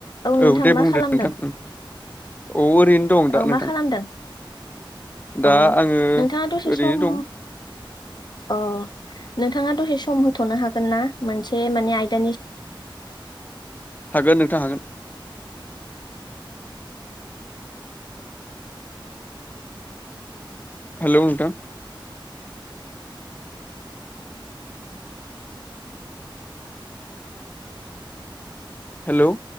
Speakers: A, on the left; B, on the left.
A: नोंथां
B: औ दे
A: मा
B: बुंदो
A: खालामदों
B: नोंथां औ ओरैनो दं
A: औ
B: दा
A: मा
B: नोंथां
A: खालामदों अ
B: दा आङो
A: नोंथाङा दसे
B: ओरैनो
A: सम
B: दं
A: अ नोंथाङा दसे सम होथ'नो हागोन ना मोनसे माने आयदानि
B: हागोन नोंथां हागोन हेलौ नोंथां हेलौ